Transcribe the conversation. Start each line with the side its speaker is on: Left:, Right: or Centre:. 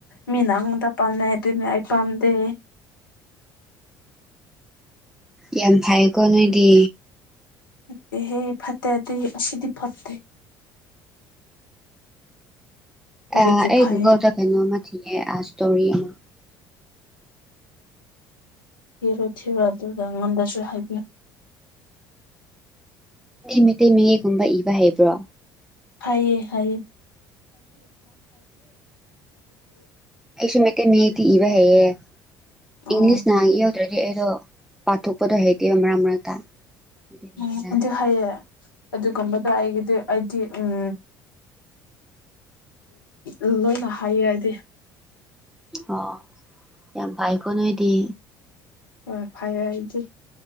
Left: ꯃꯤꯅ ꯑꯩꯉꯣꯟꯗ ꯄꯥꯝꯅꯩ ꯑꯗꯨꯅꯦ ꯑꯩ ꯄꯥꯝꯗꯦ
Centre: ꯌꯥꯝ ꯊꯥꯢꯌꯦꯀꯣ ꯅꯣꯏꯗꯤ
Left: ꯐꯠꯇꯦꯍꯦ ꯐꯠꯇꯦ ꯍꯥꯢꯗꯤ ꯁꯤꯗꯤ ꯐꯠꯇꯦ ꯀꯔꯤꯒꯤ
Centre: ꯑꯥ ꯑꯩ
Left: ꯐꯩꯌꯦ
Centre: ꯒꯨꯒꯜꯗ ꯀꯩꯅꯣꯝꯃ ꯊꯤꯒꯦ ꯑꯥ ꯁꯇꯣꯔꯤ ꯑꯃ
Left: ꯊꯤꯔꯣ ꯊꯤꯔꯣ ꯑꯗꯨꯒ ꯉꯝꯗꯁꯨ ꯍꯥꯏꯕꯤꯌꯨ
Centre: ꯃꯤꯇꯩ ꯃꯌꯦꯛꯀꯨꯝꯕ ꯏꯕ ꯍꯩꯕ꯭ꯔꯣ
Left: UNINTELLIGIBLE
Centre: ꯑꯩꯁꯨ ꯃꯤꯇꯩ ꯃꯌꯦꯛꯇꯤ ꯏꯕ ꯍꯩꯑꯦ
Left: ꯑꯣ
Centre: ꯏꯪꯂꯤꯁꯅ ꯏꯍꯧꯗ꯭ꯔꯗꯤ ꯑꯦ ꯑꯩꯗꯣ ꯄꯥꯊꯣꯛ ꯄꯗꯣ ꯍꯩꯇꯦꯕ ꯃꯔꯛ- ꯃꯔꯛꯇ ꯑꯗꯨꯒꯤꯅꯤꯗ
Left: ꯎꯝ ꯑꯗꯨ ꯍꯩꯌꯦ ꯑꯗꯨꯒꯨꯝꯕꯗꯣ ꯑꯩꯒꯤꯗꯤ ꯑꯩꯗꯤ ꯎꯝ ꯎ ꯂꯣꯏꯅ ꯍꯥꯏꯩꯌꯦ ꯍꯥꯏꯗꯤ
Centre: ꯑꯣꯑꯣ ꯌꯥꯝ ꯐꯩꯀꯣ ꯅꯣꯏꯗꯤ
Left: ꯍꯣꯏ ꯐꯩ ꯑꯩꯗꯤ